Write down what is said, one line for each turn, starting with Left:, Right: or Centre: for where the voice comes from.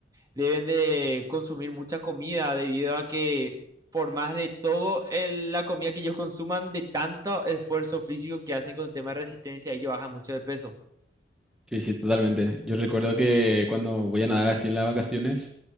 Right: deben de consumir mucha comida debido a que por más de todo el- la comida que ellos consuman, de tanto esfuerzo físico que hacen con el tema de resistencia, ellos bajan mucho de peso.
Centre: Sí, sí, totalmente. Yo recuerdo que cuando voy a nadar así en las vacaciones,